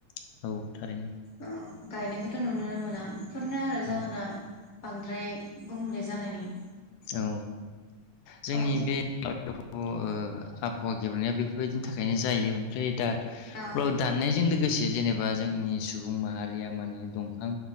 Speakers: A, on the left; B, on the left.
A: औ औ थारैनो
B: औ। गायनायखौथ' नुनो मोना। फोरनो आरो जाहोना
A: औ
B: बांद्राय गुबुंले जानायनि
A: औ जोंनि
B: औ
A: बे <unintelligible> ओ आबहावा गेबेनाया बेफोरबायदिनि थाखायनो जायो ओमफ्राय दा
B: औ
A: ब दाननायजों लोगोसे। जेनेबा जोंनि सुबुं माहारिया माने दंफां